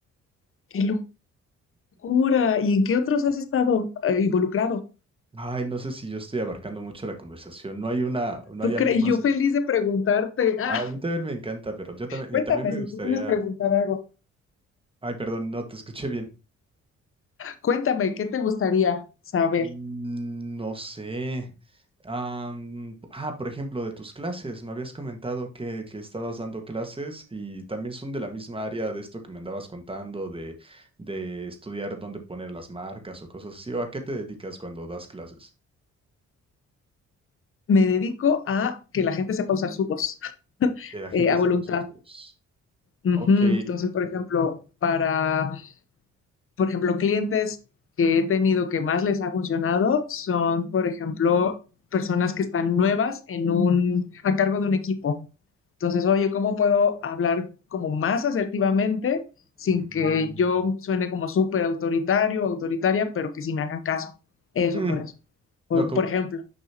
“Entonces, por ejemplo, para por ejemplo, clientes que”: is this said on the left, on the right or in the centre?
Left